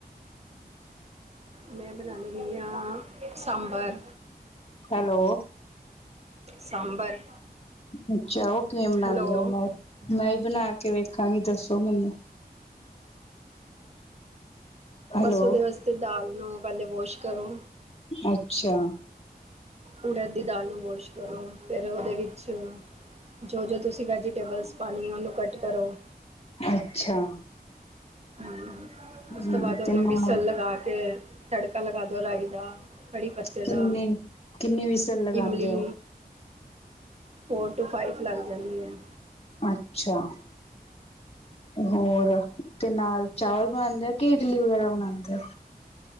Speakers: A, on the right; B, on the left.
A: ਮੈਂ ਬਨਾਨੇ ਹਾਂ, ਸਾਂਬਰ।
B: ਹੈਲੋ।
A: ਸਾਂਬਰ।
B: ਅੱਛਾ, ਉਹ ਕਿਵੇਂ ਬਣਾਉਂਦੇ
A: ਹੈਲੋ,
B: ਹੋ ਮੈਂ ਮੈਂ ਹੀ ਬਣਾ ਕੇ ਵੇਖਾਂਗੀ ਦੱਸੋ ਮੈਨੂੰ। ਹੈਲੋ
A: ਬਸ ਉਹਦੇ ਵਾਸਤੇ ਦਾਲ ਨੂੰ ਪਹਿਲੇ ਵਾਸ਼ ਕਰੋ।
B: ਅੱਛਾ।
A: ਉੜਾ ਦੀ ਦਾਲ ਨੂੰ ਵਾਸ਼ ਕਰੋ ਫੇਿਰ ਉਹਦੇ ਵਿੱਚ। ਜੋ ਜੋ ਤੁਸੀਂ ਵੈਜੀਟੇਬਲਸ ਪਾਉਣੀ ਹੈਉਹਨੂੰ ਕੱਟ ਕਰੋ।
B: ਅੱਛਾ।
A: ਹੂੰ,
B: ਹਮ
A: ਉਸ ਤੋਂ ਬਾਅਦ ਉਹਨੂੰ
B: ਤੇ ਨਾਲ
A: ਬਿਸਣ ਲਗਾ ਕੇ ਤੜਕਾ ਲਗਾ ਦਿਉ ਰਾਈ ਦਾ। ਕੜੀ ਪੱਤੇ
B: ਕਿੰਨੇ
A: ਦਾ
B: ਕਿੰਨੀ ਵਿਸਲ ਲਗਾਉਂਦੇ
A: ਇਮਲੀ।
B: ਹੋ
A: ਫੋਰ ਟੂ ਫਾਈਵ ਲੱਗ ਜਾਂਦੀ ਹੈ।
B: ਅੱਛਾ, ਹੋਰ ਤੇ ਨਾਲ ਚਾਵਲ ਬਣਦੇ। ਇਦਲੀ ਵਗੈਰਾ ਬਣਾਉਦੇ ਆ।